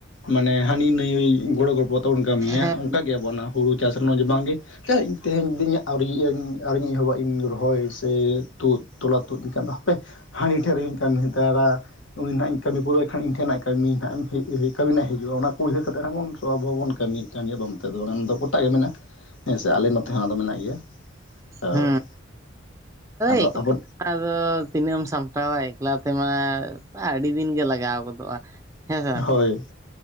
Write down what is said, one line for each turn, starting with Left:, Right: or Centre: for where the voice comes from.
Left: ᱢᱟᱱᱮ ᱦᱟᱹᱱᱤ ᱱᱟᱹᱭ ᱜᱚᱲᱚ ᱜᱚᱯᱲᱚᱼᱼ ᱡᱚᱛᱚ ᱵᱚᱱ ᱠᱟᱹᱢᱤᱭᱟ
Right: ᱦᱮᱸ
Left: ᱚᱱᱠᱟ ᱜᱮ ᱟᱵᱚᱱᱟᱜ ᱚᱱᱟ ᱦᱩᱲᱩ ᱪᱟᱥ ᱨᱮ ᱱᱚᱜ ᱡᱮ ᱵᱟᱝ ᱜᱮ ᱤᱧ ᱛᱮᱦᱮᱧ ᱫᱤᱧᱟᱜ ᱟᱹᱣᱨᱤᱭᱟᱹᱜ ᱟᱹᱧ ᱟᱹᱣᱨᱤᱧ ᱮᱦᱚᱵᱟ ᱤᱧ ᱨᱚᱦᱚᱭ ᱥᱮ ᱛᱩᱫ ᱛᱚᱞᱟ ᱛᱩᱫ ᱮᱠᱷᱟᱱ ᱫᱚ ᱦᱟᱯᱮ ᱦᱟᱺᱱᱤ ᱴᱷᱮᱱ ᱨᱮ ᱦᱚᱸᱧ ᱠᱟᱹᱢᱤ ᱦᱟᱛᱟᱲᱟ ᱩᱱᱤ ᱦᱟᱸᱜ ᱤᱧ ᱠᱟᱹᱢᱤ ᱯᱩᱨᱟᱹᱣ ᱟᱭ ᱠᱷᱟᱱ ᱤᱧ ᱴᱷᱮᱱ ᱦᱟᱸᱜ ᱠᱟᱹᱢᱤ ᱦᱟᱸᱜ ᱮᱢ ᱦᱮᱡᱼᱼᱼ ᱠᱟᱹᱢᱤ ᱱᱟᱜ ᱦᱤᱡᱩᱜᱼᱟ ᱚᱱᱟ ᱠᱚ ᱩᱭᱦᱟᱹᱨ ᱠᱟᱛᱮᱫ ᱦᱟᱸᱜ ᱵᱚᱱ ᱟᱵᱚ ᱵᱚᱱ ᱠᱟᱹᱢᱤᱭ ᱮᱫ ᱠᱟᱱ ᱜᱮᱭᱟ ᱵᱟᱝ ᱢᱮᱱ ᱛᱮᱫ ᱫᱚ ᱵᱟᱝ ᱚᱱᱟ ᱫᱚ ᱜᱚᱴᱟ ᱜᱮ ᱢᱮᱱᱟᱜᱼᱟ ᱦᱮᱸ ᱥᱮ ᱟᱞᱮ ᱱᱚᱛᱮ ᱦᱚᱸ ᱟᱫᱚ ᱢᱮᱱᱟᱜ ᱜᱮᱭᱟ ᱦᱳᱭ
Right: ᱦᱩᱸ
Left: ᱟᱫᱚ
Right: ᱮᱠᱞᱟ
Left: ᱟᱵᱚ
Right: ᱛᱮᱢᱟ ᱟᱫᱚ ᱛᱤᱱᱟᱹᱜ ᱮᱢ ᱥᱟᱢᱴᱟᱣᱟ ᱮᱠᱞᱟ ᱛᱮᱢᱟ ᱟᱹᱰᱤ ᱫᱤᱱ ᱜᱮ ᱞᱟᱜᱟᱣ ᱜᱚᱫᱚᱜᱼᱟ ᱦᱮᱸ ᱥᱮ
Left: ᱦᱳᱭ